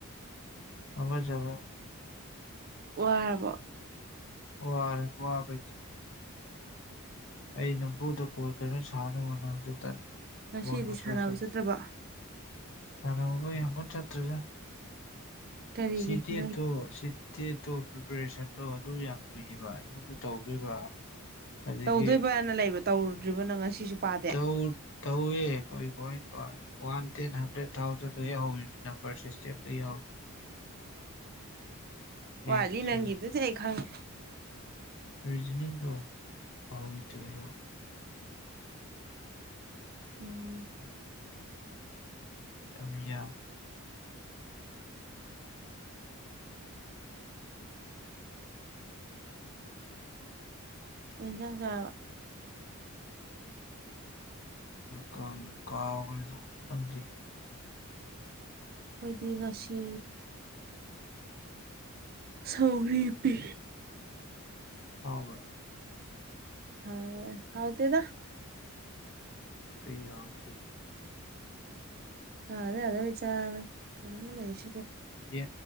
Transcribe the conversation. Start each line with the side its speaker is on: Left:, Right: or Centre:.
Left: ꯑꯋꯥꯖꯋꯦ
Right: ꯋꯥꯔꯕꯣ
Left: ꯋꯥꯔꯦ ꯋꯥꯕ ꯑꯩ ꯅꯝꯐꯨꯗ ꯀꯣꯜ ꯈꯔ ꯁꯥꯥꯟꯅꯕ ꯍꯣꯠꯅꯕꯗ ꯇꯟꯕ
Right: ꯉꯁꯤꯗꯤ ꯁꯥꯟꯅꯕ ꯆꯠꯇ꯭ꯔꯕꯣ
Left: ꯁꯥꯟꯅꯕꯒ ꯌꯥꯝ ꯀꯟꯅ ꯆꯠꯇ꯭ꯔꯁꯥ
Right: ꯀꯔꯤꯒꯤ
Left: ꯁꯤꯗꯤꯦꯠꯇꯣ
Right: ꯅꯣꯏꯒꯤ
Left: ꯗꯦꯠꯇꯣ ꯄ꯭ꯔꯤꯄꯔꯦꯁꯟꯗꯣ ꯑꯗꯨ ꯌꯥꯝ ꯂꯨꯏꯌꯦꯕ ꯑꯗꯨꯅ ꯇꯧꯗꯣꯏꯕ ꯑꯗꯒꯤ
Right: ꯇꯧꯗꯣꯏꯕꯅ ꯂꯩꯕ ꯇꯧꯔꯨꯗ꯭ꯔꯤꯕ ꯅꯪ ꯉꯁꯤꯁꯨ ꯄꯥꯗꯦ
Left: ꯇꯧ ꯇꯧꯑꯦ ꯀꯣꯏ ꯀꯣꯏ ꯄꯥꯟ ꯋꯥꯟ ꯇꯦꯟ ꯍꯟꯗ꯭ꯔꯦꯠ ꯊꯥꯎꯖꯟꯗꯩꯟꯍꯧꯔꯤꯅꯤ ꯅꯝꯕꯔ ꯁꯤꯁꯇꯦꯝꯗꯩ ꯌꯥꯎꯋꯦ ꯃꯦꯠꯁ
Right: ꯋꯥꯠꯂꯤ ꯅꯪꯒꯤꯗꯨꯗꯤ ꯑꯩ ꯈꯪꯉꯦ
Left: ꯔꯤꯖꯅꯤꯡꯗꯨ <unintelligible>
Right: ꯎꯝ
Left: ꯌꯥꯝ ꯌꯥꯝꯃꯦ꯫
Right: ꯀꯩ ꯍꯦꯟꯖꯥꯡ ꯆꯥꯔꯕ
Left: ꯀꯧꯕꯨ ꯀꯧꯈꯔꯦꯗ ꯅꯪꯗꯤ
Right: ꯑꯩꯈꯣꯏꯗꯤ ꯉꯁꯤ ꯁꯧꯔꯤ ꯄꯤ
Left: ꯍꯥꯎꯕ
Right: ꯍꯥꯎꯏ ꯍꯥꯎ ꯇꯦꯗ
Left: ꯀꯩ ꯌꯥꯥꯡ ꯆ
Right: ꯑ ꯑꯗꯨꯦ ꯑ ꯑꯗꯨ ꯀꯁꯤ
Left: ꯌꯦ